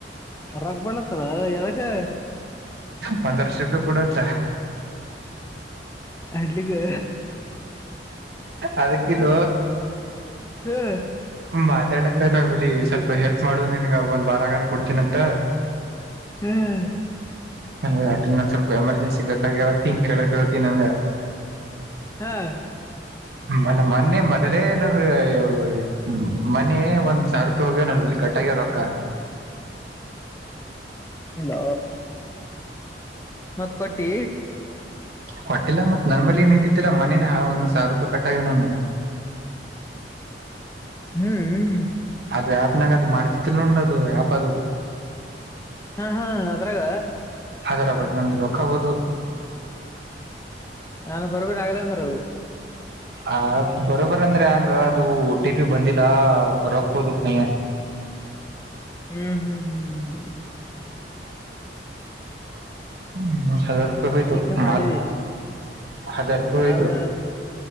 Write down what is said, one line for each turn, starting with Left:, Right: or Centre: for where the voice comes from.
Left: ರಕ್ಬಣಸಲ ಎದಕೆ
Right: ಪಧರಶ ರೂಪ ಕೂಡತ
Left: ಹಡ್ಲಿಕ್ಕೆ
Right: ಅದಕ್ಕೆಲ
Left: ಹ
Right: ಮಾತಾಡ್ಲಕ್ತರ್ ನಾ ಬಳಿ ಸ್ವಲ್ಪ ಹೆಲ್ಪ್ ಮಾಡುದು ನಿನ್ಗ ಒಂದ್ ವಾರಗಾನ ಕೊಡ್ತೀನಂತ
Left: ಹ್ಮ್
Right: ನನ್ಗೆ ನ ಸ್ವಲ್ಪ ಎಮರ್ಜೆನ್ಸಿ ಬೇಕಾಗಿವತ್ತ ಹ ಕೇಳಕ್ೇಳ್ತಿ ನನ್ಗೆ
Left: ಹಾ
Right: ಮ ಮೊನ್ನೆ ಮೊದಲೇ ನಾವ್ಮ ಮನೆ ಒಂದ್ ಸಾವಿರ ರೂಪಾಯಿ ಹೋಗ್ಯವಲ್ಲಿ ಕಟ್ಟಆಮಾಗ್ಯವ ರೋಕ್ಕ
Left: ಹ್ಮ್ ಇಲ್ಲ ಮತ್ತ್ ಕೊಟ್ಟಿ
Right: ಕೊಟ್ಟಿಲ್ಲ ಮತ್ ನರ್ಮಲಿ ಏನ್ ಇದ್ದಿತ್ತಾ ಮನನ ಒಂದ ಸಾವಿರ ರೂಪಾಯಿ ಕಟ್ಟ ಇವ ನನು <inaudible>
Left: ಹ್ಮ್ ಹ್ಮ್
Right: ಅದು ಆ್ಯಪ್ನಾಗ ಅದು ಮಾಡ್ತಿತಿಲ್ ನಂಡದು ಆಪ್ ಅದು
Left: ಹಾ ಹಾ ಅದ್ರಾಗ
Right: ಅದರಾಗ ನಂದ ರೊಕ್ಕ ಹೋದು
Left: ನಾನು ಬರ್ಬೇಗಲ ಅಂದ್ರ ಅದು
Right: ಆ ಬರೋಬರ್ ಅಂದ್ರೆ ಹಂಗ ಅದು ಟಿ ಪಿ ಬಂದಿಲ್ಲ ರೊಕ್ಕ ಹೋದಕ್ ಹ
Left: ಹ್ಮ್ ಹ್ಮ್ ಹ್ಮ್ ಹ್ಮ್
Right: ಹ್ಮ ಹಜಾರ್ ರೂಪಾಯಿ ಹೊಯ್ತು
Left: ಟೀಕೆ ಮಾಡಿವಿ
Right: ಮಾಲ್ ಹಜಾರ್ ರೂಪಾಯಿ
Left: ಮಾಲ್
Right: ಹೋಯ್ತು